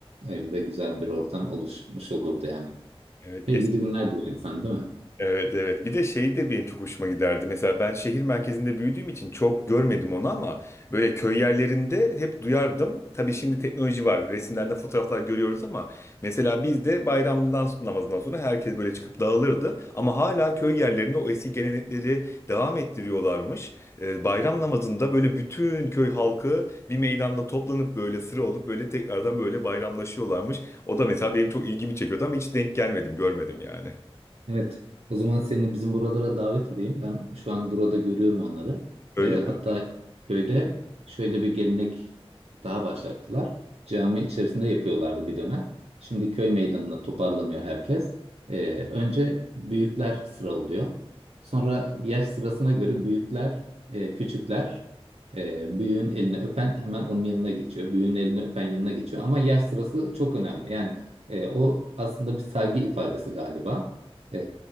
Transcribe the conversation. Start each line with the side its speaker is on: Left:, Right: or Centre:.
Right: Evde güzel bir ortam oluşmuş olurdu yani.
Left: Evet
Right: İyi gidi günler diyor insan değil mi?
Left: Evet evet bir de şey de benim çok hoşuma giderdi. Mesela ben şehir merkezinde büyüdüğüm için çok görmedim onu ama böyle köy yerlerinde hep duyardım. Tabii şimdi teknoloji var. Resimlerde fotoğraflar görüyoruz ama mesela bizde de bayramdan namazından sonra herkes böyle çıkıp dağılırdı. Ama hala köy yerlerinde o eski gelenekleri devam ettiriyorlarmış. Ee, bayram namazında böyle bütün köy halkı bir meydanda toplanıp böyle sıra olup böyle tekrardan böyle bayramlaşıyorlarmış. O da mesela benim çok ilgimi çekiyordu ama hiç denk gelmedim, görmedim yani.
Right: Evet. O zaman seni bizim buralara davet edeyim. Ben şu an burada görüyorum onları.
Left: Öyle
Right: Ee,
Left: mi?
Right: hatta köyde şöyle bir gelenek daha başlattılar. Cami içerisinde yapıyorlardı bir dönem. Şimdi köy meydanına toparlanıyor herkes. Ee, önce büyükler sıralıyor. Sonra yaş sırasına göre büyükler, e, küçükler, e, büyüğün elini öpen hemen onun yanına geçiyor. Büyüğün elini öpen yanına geçiyor. Ama yaş sırası çok önemli. Yani e, o aslında bir saygı ifadesi galiba. Ee,